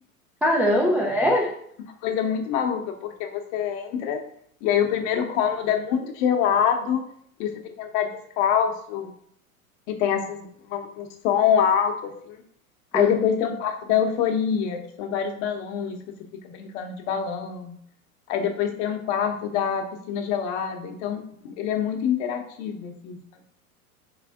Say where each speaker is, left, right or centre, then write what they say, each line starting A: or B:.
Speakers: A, in the centre; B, on the left.
A: Caramba, é?
B: coisa muito maluca, porque você entra e aí o primeiro cômodo é muito gelado e você tem que entrar descalço e tem essas, uma- um som alto, assim. Aí
A: Hum.
B: depois tem um quarto da euforia, que são vários balões, que você fica brincando de balão. Aí depois tem um quarto da piscina gelada. Então, ele é muito interativo, assim. sabe?